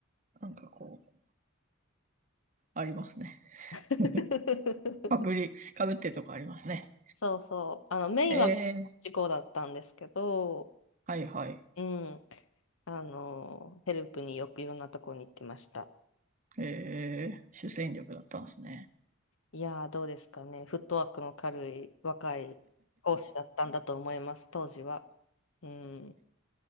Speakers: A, on the right; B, on the left.
A: なんかこう、ありますね。
B: <laughs>
A: <laughs> かぶり、かぶってるとこありますね。
B: そうそう。あの、メインは事故だったんですけど、
A: えー、はいはい。
B: うん。あの、ヘルプによくいろんなとこに行ってました。
A: えー、主戦力だったんですね。
B: いやー、どうですかね。フットワークの軽い若い講師だったんだと思います、当時は。うん。